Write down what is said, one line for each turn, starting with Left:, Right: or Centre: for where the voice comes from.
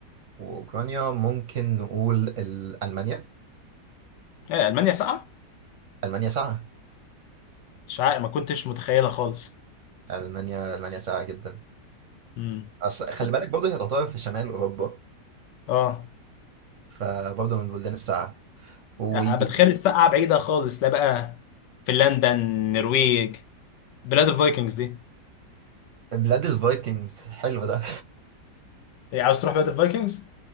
Right: واوكرانيا ممكن نقول ال- المانيا
Left: ايه المانيا ساقعة؟
Right: المانيا ساعه
Left: مش عارف ما كنتش متخيلها خالص
Right: المانيا المانيا ساعه جدا
Left: امم
Right: أصل خلي
Left: كنت
Right: بالك برضه هي تعتبر في شمال اوروبا
Left: اه
Right: فبرضه من البلدان الساعه وبلاد
Left: أنا بتخيل الساقعة بعيدة خالص لا بقى فنلندا النرويج بلاد الفايكنجز دي
Right: الفايكنجز حلو ده
Left: إيه، عاوز تروح بلاد الفايكنجز